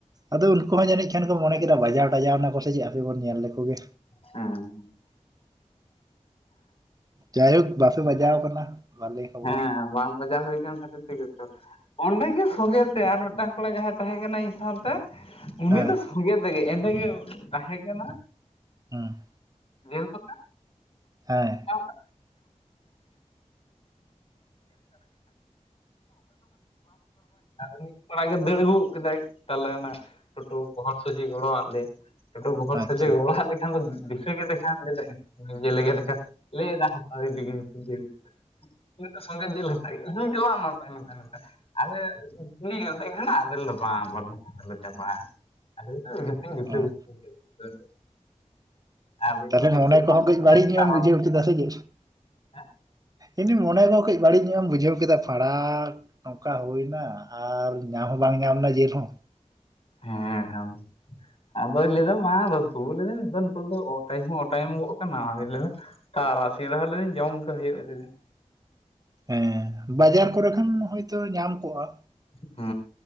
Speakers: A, on the right; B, on the left.
A: ᱟᱫᱚ ᱩᱱᱠᱩ ᱦᱚᱸ ᱡᱟᱹᱱᱤᱡ ᱠᱷᱟᱱ ᱠᱚ ᱢᱚᱱᱮ ᱠᱮᱫᱟ ᱵᱟᱡᱟᱣ ᱴᱟᱡᱟᱣ ᱱᱟᱠᱚ ᱥᱮ ᱪᱮᱫ ᱦᱟᱯᱮ ᱵᱚᱱ ᱧᱮᱞ ᱞᱮᱠᱚᱜᱮ,
B: ᱦᱮᱸ
A: ᱡᱟᱭᱦᱳᱠ ᱵᱟᱯᱮ ᱵᱟᱡᱟᱣ ᱠᱟᱱᱟ᱾ ᱵᱷᱟᱞᱮ ᱠᱷᱚᱵᱚᱨ
B: ᱦᱮᱸ ᱵᱟᱝ ᱵᱟᱡᱟᱣ ᱦᱳᱭ ᱠᱟᱱ ᱠᱷᱟᱹᱛᱤᱨ, ᱛᱮᱜᱮ ᱛᱚ ᱚᱸᱰᱮᱜᱮ ᱥᱚᱝᱜᱮ ᱛᱮ ᱟᱨ ᱢᱮᱫᱴᱟᱝ ᱠᱚᱲᱟ ᱡᱟᱸᱦᱟᱭ ᱛᱟᱦᱮᱸ ᱠᱟᱱᱟᱭ ᱤᱧ ᱥᱟᱶᱛᱮ, ᱩᱱᱤ
A: ᱦᱮᱸ
B: ᱫᱚ ᱥᱚᱝᱜᱮ ᱛᱮᱜᱮ ᱮᱸᱰᱮ ᱜᱮ ᱛᱟᱦᱮᱸ ᱠᱟᱱᱟ᱾
A: ᱦᱩᱸ
B: ᱵᱮᱞ ᱯᱟᱛᱟ,
A: ᱦᱮᱸ᱾
B: <unintelligible> <unintelligible> ᱟᱫᱚ ᱢᱤᱫ ᱠᱚᱲᱟ ᱜᱮᱭ ᱫᱟᱹᱲ ᱟᱹᱜᱩ ᱜᱚᱫ ᱠᱮᱫᱟᱭ ᱛᱟᱦᱚᱞᱮ ᱚᱱᱟ ᱴᱳᱴᱳ ᱜᱚᱦᱚᱲ ᱥᱚᱡᱷᱮ ᱜᱚᱲᱚᱣ ᱟᱫ ᱞᱮ ᱴᱳᱴᱳ ᱜᱚᱦᱚᱲ
A: ᱟᱪᱪᱷᱟ
B: ᱥᱚᱡᱷᱮ ᱜᱚᱲᱚᱣ ᱟᱫ ᱞᱮᱠᱷᱟᱱ ᱫᱚ ᱫᱤᱥᱟᱹ ᱠᱮᱫᱮ ᱠᱷᱟᱱ ᱞᱟᱹᱭᱫᱟᱭ <unintelligible> ᱞᱟᱹᱭ ᱫᱟ ᱦᱟᱛᱟᱣ ᱤᱫᱤ ᱜᱤᱧ <unintelligible> ᱩᱱᱤᱫᱚ ᱥᱚᱝᱜᱮ ᱡᱮᱞ ᱦᱟᱛᱟᱣ ᱠᱮᱜ-ᱟᱭ ᱤᱫᱤ ᱪᱟᱞᱟᱣ ᱱᱟᱢ ᱛᱟᱭᱱᱚᱢ ᱛᱟᱭᱱᱚᱢ ᱛᱮ ᱟᱨᱮ ᱠᱩᱞᱤᱭᱮ ᱠᱟᱱᱟ ᱞᱟᱹᱭᱫᱟᱹᱧ ᱦᱮᱸᱱᱟᱜ-ᱟ ᱟᱫᱚᱭ ᱞᱟᱹᱭᱫᱟ ᱵᱟᱝ ᱵᱟᱹᱱᱩᱜ-ᱟ ᱛᱟᱦᱞᱮ ᱪᱟᱵᱟ ᱟᱠᱟᱱᱟ ᱟᱫᱚᱭ ᱞᱟᱹᱭᱫᱟ ᱡᱷᱚᱛᱚᱧ ᱜᱩᱪᱷᱟᱹ
A: ᱦᱮᱸ
B: ᱜᱩᱪᱷᱤ ᱠᱟᱫᱟ᱾ <unintelligible> ᱟᱫᱚᱧ
A: ᱛᱟᱦᱚᱞᱮ
B: ᱞᱟᱹᱭᱫᱟ ᱱᱤᱛᱚᱜ
A: ᱢᱚᱱᱮ ᱠᱚᱦᱚᱸ
B: ᱵᱟᱹᱧ
A: ᱠᱟᱹᱡ
B: ᱟᱹᱜᱩ
A: ᱵᱟᱹᱲᱤᱡ
B: ᱞᱮᱠᱷᱟᱱ
A: ᱧᱚᱜ
B: ᱛᱟᱨᱟ
A: ᱮᱢ ᱵᱩᱡᱷᱟᱹᱣ ᱠᱮᱫᱟ ᱥᱮ ᱪᱮᱜ᱾
B: ᱦᱮᱸ᱾
A: ᱤᱧᱫᱚᱧ ᱢᱚᱱᱮᱭ ᱫᱟ ᱠᱟᱹᱡ ᱵᱟᱹᱲᱤᱡ ᱧᱚᱜ ᱮᱢ ᱵᱩᱡᱷᱟᱹᱣ ᱠᱮᱫᱟ ᱯᱟᱲᱦᱟ ᱱᱚᱝᱠᱟ ᱦᱩᱭᱱᱟ ᱟᱨ ᱧᱟᱢ ᱦᱚᱸ ᱵᱟᱝ ᱧᱟᱢᱱᱟ ᱡᱤᱞᱦᱚᱸ᱾
B: ᱦᱮᱸ <unintelligible> ᱟᱫᱚᱭ ᱞᱟᱹᱭᱫᱟ ᱢᱟ ᱛᱩᱵᱩ ᱞᱮᱵᱮᱱ ᱫᱟᱹᱞ ᱩᱛᱩ ᱫᱚ ᱚ ᱴᱟᱭᱤᱢ ᱦᱚᱸ ᱚ ᱴᱟᱭᱤᱢ ᱜᱚᱜ ᱠᱟᱱᱟ ᱟᱫᱚ ᱞᱟᱹᱭᱫᱟ ᱛᱟᱨᱟᱥᱤᱧ ᱨᱮᱦᱚᱸ ᱞᱤᱧ ᱡᱚᱢ ᱟᱠᱟ ᱦᱩᱭᱩᱜ-ᱟ ᱞᱮᱫᱤᱧ᱾
A: ᱦᱮᱸ ᱵᱟᱡᱟᱨ ᱠᱚᱨᱮ ᱠᱷᱟᱱ ᱦᱚᱭᱛᱳ ᱧᱟᱢ ᱠᱚᱜ-ᱟ᱾
B: ᱦᱩᱸ